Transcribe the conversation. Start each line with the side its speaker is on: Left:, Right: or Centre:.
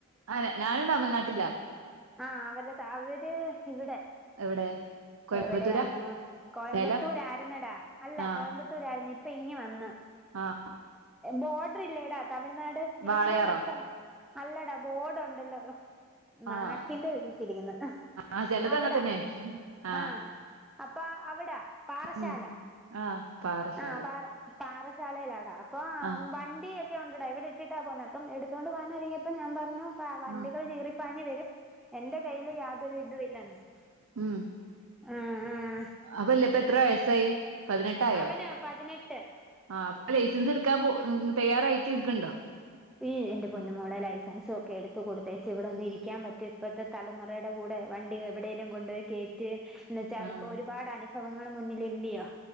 Right: ആനെ ഞാനും തമിഴ്നാട്ടിലാ
Centre: ആ അവരുത അവര് ഇവിടെ
Right: എവിടെ കോയമ്പത്തൂരാ
Centre: എവിടെയാന്നോ കോയമ്പത്തൂരായിരുന്നടാ
Right: സേലം
Centre: അല്ല
Right: ആഹ്
Centre: കോയമ്പത്തൂരായിരുന്നു ഇപ്പ പെങ്ങി വന്ന്
Right: ആഹ്
Centre: ബോർഡർ ഇല്ലേട തമിഴ്നാട് തിരുവനന്തപുരം
Right: വാളയാറോ
Centre: അല്ലടാ ബോർഡ് ഉണ്ടല്ലോ നാക്കിന്റെ
Right: ആഹ്
Centre: വക്കലരിക്കുന്ന
Right: ആഹ് ചെലത്
Centre: അവിട
Right: അങ്ങൻ തന്നെ ആഹ്
Centre: ആ അപ്പ അവിടെ പാറശാല
Right: ഉം ആഹ് പാറശാല
Centre: ആ പാറ പാറശാലയിലാടാ അപ്പം
Right: ആഹ്
Centre: വണ്ടിയൊക്കെ ഉണ്ടടാ ഇവിടെ ഇട്ടിട്ടാണ് പോകുന്ന അപ്പം എടുത്തുകൊണ്ട് പോകാന ഇപ്പൊ ഞാൻ പറഞ്ഞു വണ്ടികൾ
Right: ഉം
Centre: ചീറിപ്പാഞ്ഞഞ് വരും എന്റെ കയ്യിൽ യാതൊരു ഇതും ഇല്ലന്ന്
Right: ഉം
Centre: ആ ആ
Right: അപ്പൊല്ല ഇപ്പ എത്ര വയസായി പതിനെട്ടായോ
Centre: അവന് പതിനെട്ട്
Right: ആ അപ്പ ലൈസൻസ് എടുക്കാൻ പോ തയ്യാറായിട്ടിക്കണ്ടോ
Centre: ഈ എന്റെ പൊന്നുമോള ലൈസൻസും ഒക്കെ എടുത്ത കൊടുത്തേച്ച ഇവിടെ ഒന്ന് ഇരിക്കാൻ പറ്റ ഇപ്പത്തെ തലമുറ ടെ കൂടെ വണ്ടി എവിടെയേലും കൊണ്ടപയി കേയറ്റ്ന്ന് ച്ചാൽ
Right: ആഹ്
Centre: ഇപ്പോ ഒരുപാട് അനു ഭവങ്ങൾ മുന്നിലില്ലയോ